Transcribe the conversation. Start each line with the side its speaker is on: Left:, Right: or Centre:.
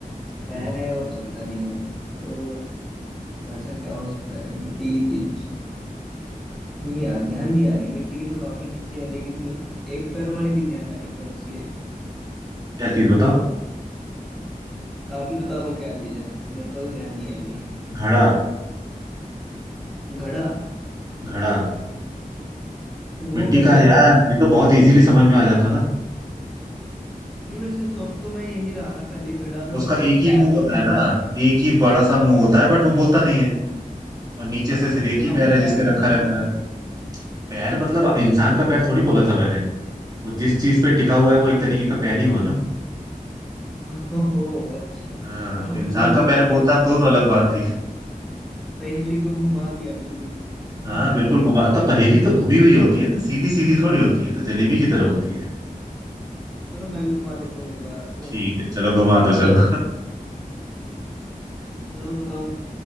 Centre: पैर
Right: हम्म
Centre: है और चलता नहीं है तो वैसा क्या हो सकता है मिट्टी की चीज नहीं यार ध्यान नहीं आ रही मिट्टी की तो काफी चीजें हैं लेकिन एक पैर वाली नहीं ध्यान आ रही कौन सी है
Right: क्या चीज बताओ
Centre: आप ही बता दो क्या चीज है मेरे को तो ध्यान नहीं है अभी
Right: घड़ा
Centre: घड़ा
Right: घड़ा
Centre: वो
Right: मिट्टी
Centre: कैसे
Right: का है
Centre: नहीं
Right: यार ये तो बहुत इजीली समझ में आ जाता ना
Centre: वैसे सोच तो मैं यही रहा था पहले घड़ा मतलब
Right: उसका
Centre: उसके
Right: एक ही
Centre: पैर
Right: मुंह
Centre: तो
Right: होता
Centre: है
Right: है ना
Centre: नहीं
Right: एक ही बड़ा सा मुंह होता है बट वो बोलता नहीं है और नीचे से
Centre: आपको
Right: सिर्फ एक ही
Centre: आपने
Right: पैर है जिसपे
Centre: पैर भी
Right: रखा
Centre: तो बोला
Right: रहता
Centre: था
Right: है पैर मतलब इंसान
Centre: अच्छा
Right: का पैर थोड़ी बोला था मैंने वो जिस चीज पे टिका हुआ है वो एक तरीके का पैर ही हुआ ना
Centre: ओहो अच्छा आपने
Right: हाँ इंसान
Centre: तो
Right: का पैर
Centre: पूरा
Right: बोलता तो तो अलग बात थी
Centre: पहेली को घुमा दिया बिल्कुल <laughs>
Right: हाँ बिल्कुल घुमा तो पहेली तो घुमी हुई होती है ना सीधी सीधी थोड़ी होती है तो जलेबी की तरह होती है
Centre: चलो मैं भी घुमा देता हूँ एक बार आपको
Right: ठीक है चलो घुमा दो चलो
Centre: चलो बताओ